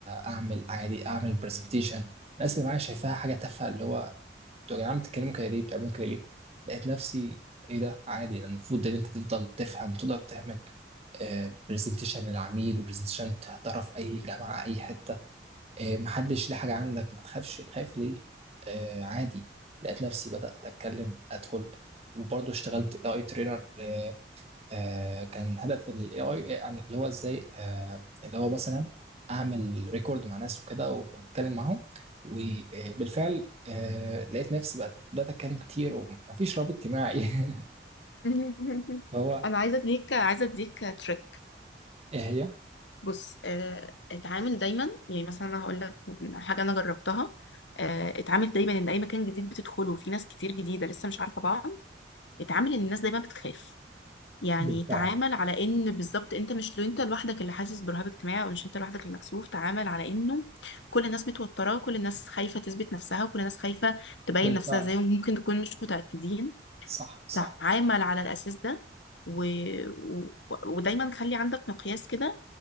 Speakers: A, on the right; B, on the left.
A: اعمل عادي اعمل برزنتيشن الناس اللي معايا شايفاها حاجة تافهة اللي هو انتوا يا جدعان بتتكلموا كده ليه بتعملوا كده ليه لقيت نفسي ايه ده عادي ده المفروض ان انت تفضل تفهم وتقدر تعمل برزنتيشن للعميل وبرزنتيشن تحضرها في اي جامعه اي حته آه، محدش ليه حاجه عندك ما تخافش تخاف ليه آه، عادي لقيت نفسي بدات اتكلم ادخل وبرضه اشتغلت اي ترينر آه، كان هدف ال AI يعني اللي هو ازاي آه، اللي هو مثلا اعمل ريكورد مع ناس وكده واتكلم معاهم وبالفعل آه، لقيت نفسي بقى بدأت اتكلم كتير ومفيش رابط اجتماعي <laughs>
B: <laughs>
A: هو
B: انا عايزه اديك عايزه اديك تريك
A: ايه هي
B: بص آه، اتعامل دايما يعني مثلا انا هقول لك حاجه انا جربتها آه، اتعامل دايما ان اي مكان جديد بتدخله فيه ناس كتير جديده لسه مش عارفه بعض اتعامل ان الناس دايما بتخاف يعني
A: بالفعل
B: تعامل على ان بالظبط انت مش لو انت لوحدك اللي حاسس برهاب اجتماعي او مش انت لوحدك المكسوف تعامل على انه كل الناس متوتره كل الناس خايفه تثبت نفسها وكل الناس خايفه تبين
A: بالفعل
B: نفسها زيهم ممكن تكون مش متاكدين
A: صح صح
B: تعامل على الاساس ده و... و... ودايما خلي عندك مقياس كده